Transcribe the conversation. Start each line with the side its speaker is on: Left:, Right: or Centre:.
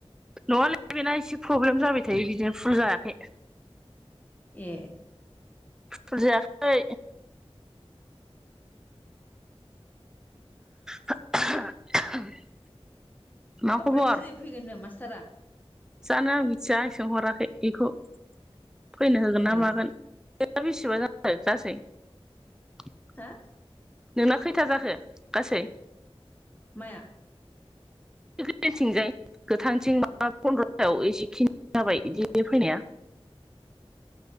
Centre: नङालै बेना एसे प्रब्लेम जाबाय थायो बिदिनो फुल जायाखै।
Left: ए
Centre: फुल जायाखै। <inaudible> मा
Left: आमफ्राय
Centre: खबर
Left: दिनै फैगोननो मासथारा?
Centre: जानो आं मिथिया आं सोंहराखै इखौ फैनो होगोन
Left: ओ
Centre: ना मागोन। <unintelligible>
Left: हो?
Centre: नोंना खैथा जाखो गासै?
Left: माया?
Centre: <unintelligible> गोथांथिं माबा फन्द्रथायाव एसेखिनि जाबाय बिदि फैनाया।